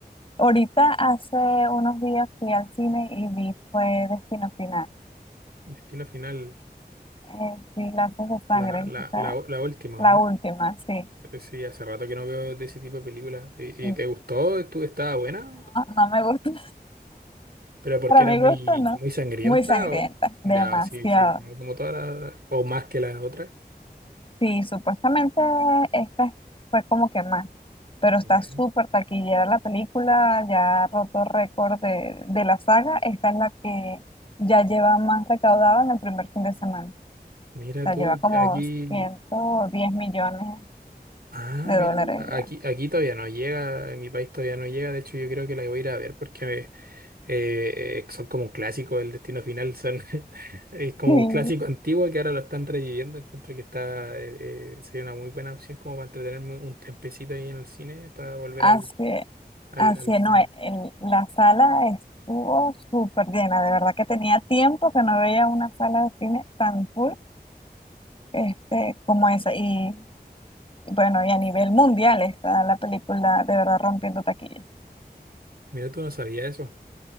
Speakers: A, on the left; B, on the right.
A: Ahorita hace unos días fui al cine y vi fue Destino Final.
B: Destino Final,
A: Eh, sí, lazos de sangre.
B: la, la, la, la última,
A: La
B: ¿o ¿no?
A: última, sí.
B: Sí, hace rato que no veo de ese tipo de películas. ¿Y,
A: No,
B: y te gustó? ¿Estu- ¿Estaba buena?
A: no me gusta. <laughs>
B: ¿Pero porque
A: Para
B: era
A: mi
B: muy,
A: gusto, no.
B: muy sangrienta?
A: Muy sangrienta,
B: ¿O?
A: demasiado.
B: Ya, sí, sí, como, como todas las... ¿O más que las otras?
A: Sí, supuestamente esta fue como que más, pero está
B: Ya.
A: súper taquillera la película, ya ha roto récord de, de la saga. Esta es la que ya lleva más recaudado en el primer fin de semana. O
B: Mira
A: sea,
B: tú,
A: lleva como
B: que aquí...
A: 110 millones
B: Ah,
A: de dólares
B: mira tú. Aquí,
A: ya.
B: aquí todavía no llega, en mi país todavía no llega. De hecho, yo creo que la voy a ir a ver porque eh, son como un clásico del Destino Final, son <laughs> es como
A: Sí.
B: un clásico antiguo que ahora lo están reviviendo. Encuentro que está eh, eh, sería una muy buena opción como para entretenerme un tempecito ahí en el cine para volver
A: Hace,
B: al, al,
A: hace,
B: al cine.
A: no, e, el- la sala estuvo súper llena, de verdad que tenía tiempo que no veía una sala de cine tan full este, como esa. Y bueno, y a nivel mundial está la película de verdad rompiendo taquilla.
B: Mira, tú no sabías eso.